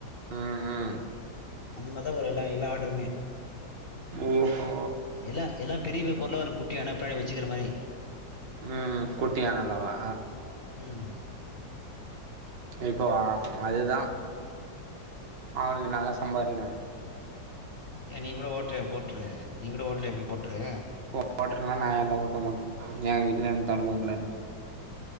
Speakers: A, on the right (about 70°); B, on the left (about 50°).
A: ம் ம்
B: அந்த மாரிதா வரு எல்லா எல்லா ஆர்டருமே
A: ஓஹோ
B: எல்லா எல்லா பெரிய பெரிய பொருளா இருக்கு குட்டியான பின்னாடி வெச்சிக்கிற மாரி
A: ம் குட்டியானல்லவா
B: ம்
A: இப்போவா அதுதா அவனுங்க நல்லா சம்பாதிக்குறா
B: ஏ நீ கூட ஓட்றியா போட்ரு நீ கூட ஓட்றியா இப்ப போட்ரு
A: போட்ருலா நா ஏன்டா ஓட்டனு ஏ வீட்ல அந்த தெறம இல்லன்டா